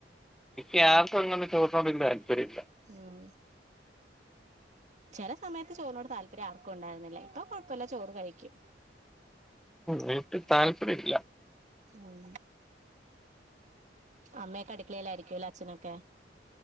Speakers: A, in the centre; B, on the right (about 40°).
A: യാർക്കൊന്നും ചോർനോടൊങ്ങന്നൊരു താല്പര്യല്ല
B: ഉം ചെല സമയത്ത് ചോറിനോട് താല്പര്യറക്കുണ്ടാർന്നില്ല പ്പൊ കൊയപ്പല്ല ചോറ് കഴിക്കും
A: വെയ്ട്ട് താല്പര്യല്ല
B: ഉം അമ്മയൊക്കെ അടക്കളേലായിരിക്കുവല്ലേ അച്ഛനൊക്കെ?